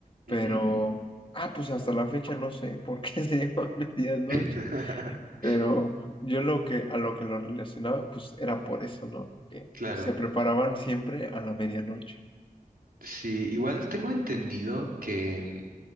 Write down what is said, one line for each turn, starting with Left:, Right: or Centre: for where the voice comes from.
Left: pero,
Right: Ujú.
Left: ah, pues hasta la fecha no sé por qué <laughs> se llama medianoche,
Right: <laughs>
Left: pero yo lo que, a lo que lo relacionaba, pues era por eso, ¿no? Que
Right: Claro.
Left: se preparaban siempre a la medianoche.
Right: Sí, igual tengo entendido que